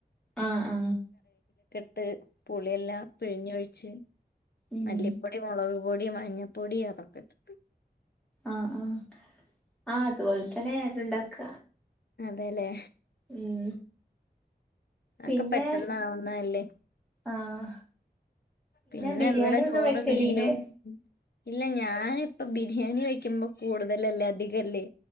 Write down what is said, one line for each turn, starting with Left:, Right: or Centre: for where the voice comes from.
Centre: ആ ആ
Left: ട്ട് പുളിയെല്ലാം പിഴിഞ്ഞൊഴിച്ച്
Centre: ഉം
Left: മല്ലിപ്പൊടി മൊളക് പൊടി മഞ്ഞ പൊടി അതൊക്കെ ഇട്ടിട്ട്
Centre: ആ ആ ആ അതുപോലെ തന്നെ ഞാനുണ്ടാക്ക
Left: പോല്ലേ
Centre: ഉം
Left: അക്കെ
Centre: പിന്നെ
Left: പെട്ടന്ന ആവുന്നല്ലോ
Centre: ആഹ്
Left: പിന്നെ
Centre: ബിരിയാണി
Left: എവിടെ
Centre: ഒന്നും
Left: ചോറ്
Centre: വെക്കലില്ലേ
Left: മീനും ഇല്ല ഞാനിപ്പ ബിരിയാണി വയ്ക്കുമ്പോ കൂടുതലല്ലേ അധികല്ലേ